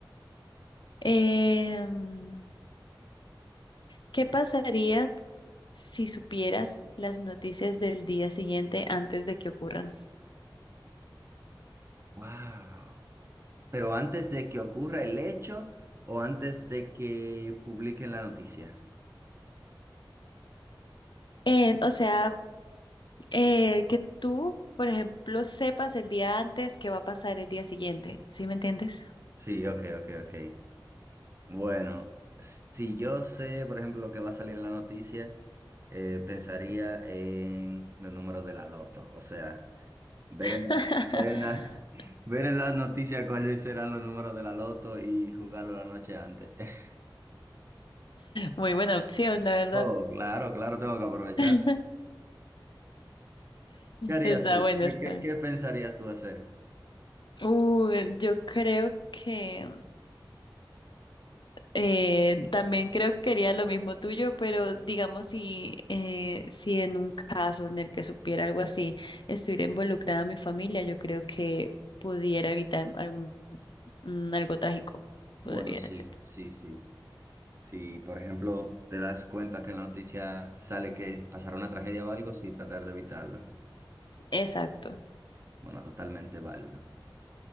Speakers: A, on the left; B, on the right.
A: Em, ¿qué pasaría si supieras las noticias del día siguiente antes de que ocurran?
B: Wow. Pero antes de que ocurra el hecho o antes de que publiquen la noticia.
A: Eh, o sea... eh, que tú, por ejemplo, sepas el día antes qué va a pasar el día siguiente. ¿Sí me entiendes?
B: Sí, ok, ok, ok. Bueno, si yo sé, por ejemplo, lo que va a salir en la noticia, eh, pensaría en los números de la loto. O sea, ver
A: <laughs>
B: en la, ver en la, <laughs> ver en las noticias cuáles serán los números de la loto y jugarlo la noche antes. <laughs>
A: Muy buena opción, la verdad.
B: Oh, claro, claro, tengo que aprovechar.
A: <laughs>
B: ¿Qué harías
A: Está
B: tú?
A: bueno,
B: ¿Qué,
A: está.
B: qué- qué pensarías tú hacer?
A: Uy, yo creo que eh, también creo que quería lo mismo tuyo, pero digamos si, eh, si en un caso en el que supiera algo así, estuviera involucrada mi familia, yo creo que pudiera evitar algún, mm, algo trágico,
B: Bueno,
A: podría
B: sí,
A: ser.
B: sí, sí. Si, por ejemplo, te das cuenta que en la noticia sale que pasará una tragedia o algo, sí, tratar de evitarlo.
A: Exacto.
B: Bueno, totalmente válido.